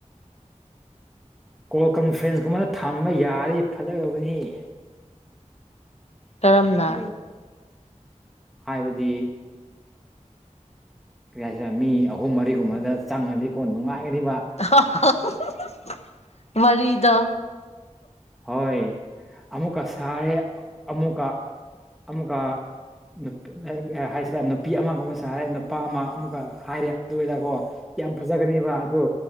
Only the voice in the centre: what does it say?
ꯀꯣꯜ ꯀꯝꯐ꯭ꯔꯦꯟꯁ ꯀꯨꯝꯕ ꯊꯝꯕ ꯌꯥꯔꯗꯤ ꯐꯖꯒꯗꯧꯕꯅꯤꯍꯦ
ꯑꯗꯨ ꯍꯥꯏꯕꯗꯤ ꯀꯔꯤ ꯍꯥꯏꯁꯤꯔ ꯃꯤ ꯑꯍꯨꯝ ꯃꯔꯤꯒꯨꯝꯕꯗ ꯆꯪꯉꯗꯤꯀꯣ ꯅꯨꯡꯉꯥꯏꯒꯅꯤꯕ
ꯍꯣꯏ ꯑꯃꯨꯛꯀ ꯁꯥꯔꯦ ꯑꯃꯨꯀ ꯑꯃꯨꯀ ꯅꯨꯄꯤ ꯍꯥꯏꯁꯤꯔ ꯅꯨꯄꯤ ꯑꯃꯒ ꯑꯃꯨꯛ ꯁꯥꯔꯦ ꯅꯨꯄꯥ ꯑꯃ ꯑꯃꯨꯛꯀ ꯍꯥꯏꯔꯦ ꯑꯗꯨꯗꯀꯣ ꯌꯥꯝ ꯐꯖꯒꯅꯦꯕ ꯑꯗꯣ